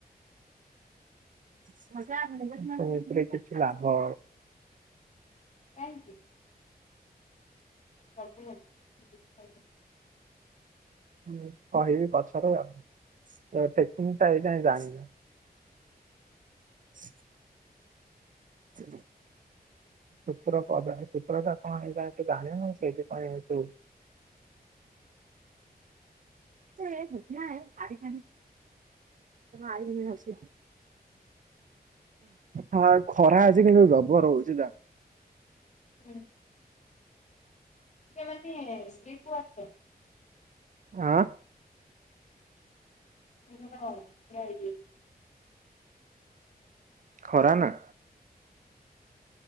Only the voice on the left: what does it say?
ଥ୍ୟାଙ୍କ ୟୁ ଚା
ହୁଁ ଟ ମାନେ ସ୍୍ରୀପୁ ଆ
ହ ହ ଯଏ